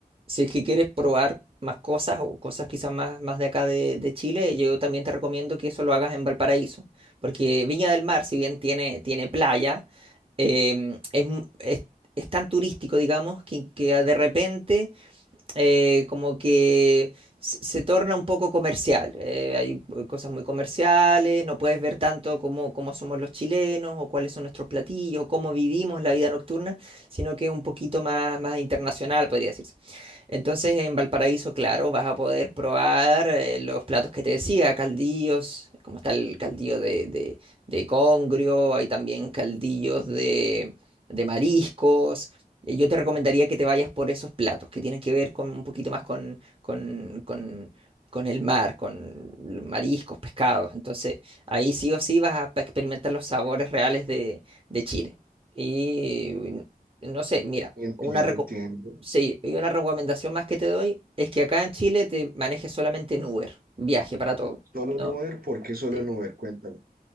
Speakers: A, on the right; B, on the right.
A: si es que quieres probar más cosas o cosas quizás más, más de acá de, de Chile, yo también te recomiendo que eso lo hagas en Valparaíso, porque Viña del Mar, si bien tiene, tiene playa, em, es, mu- es- es tan turístico, digamos, que, que de repente eh, como que se, se torna un poco comercial. eh, hay eh, cosas muy comerciales, no puedes ver tanto cómo, cómo somos los chilenos o cuáles son nuestros platillos, cómo vivimos la vida nocturna, sino que es un poquito más, más internacional, podría decirse. Entonces en Valparaíso, claro, vas a poder probar eh, los platos que te decía, caldillos, como está el caldillo de, de, de congrio, hay también caldillos de, de mariscos. Eh, Yo te recomendaría que te vayas por esos platos que tienen que ver con un poquito más con, con, con, con el mar, con mariscos, pescados. Entonces ahí sí o sí vas a experimentar los sabores reales de, de Chile. Y no sé, mira,
B: Entiendo,
A: una recomendación.
B: entiendo.
A: Sí, y una recomendación más que te doy es que acá en Chile te manejes solamente en Uber, viaje para todo,
B: Solo
A: ¿no?
B: en Uber, ¿por qué solo
A: Sí.
B: en Uber? Cuéntame.